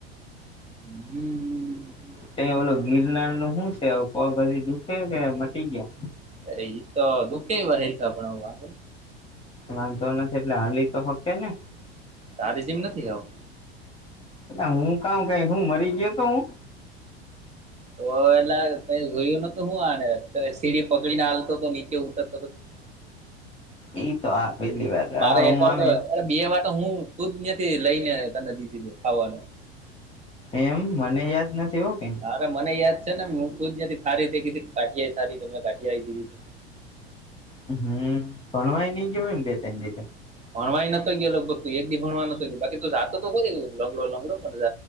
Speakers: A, on the right; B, on the left.
A: હમ હ
B: ત ઓોલો ગિરનાર નું શું છે પગ બી દુખે કે મટી ગયા
A: અરે એઈ તો દુઃખે એ હેિકાણ વા
B: વાંધો નથી એટલે હાલી તો ફક્તે ને
A: તારી જેમ નથી ખાવું.
B: એટલે હું કામ કાઉ હું મરી ગયો હતો હું
A: તો એલા તે જોયું નતું હું આને સીડી પકડીને હાલતો તો નીચે ઉતર
B: એઈ તો હા પેલી વાર હા
A: મારે
B: હું
A: એકવાર
B: આમે
A: તો અરે બે વાર તો હું ખુદ ત્યાંથી લઈને તને લીધી છે ખાવાનું
B: એમ મને યાદ નથી હો કઈ.
A: હવે મને યાદ છે ને હું ખુદ નથી થારી થઈ ગઈ તી કાઠિયા થાળી કાઠિયા ઈ દીધી તી.
B: હમ ભણવાય નઈ જોયું ને બે તનેજ
A: ભણવાઈ નતો ગયો લગભગ તું એક દી ભણવા નતો ગયો બાકી તો જાતો તો કરીરી લંગડો લંગડો પણ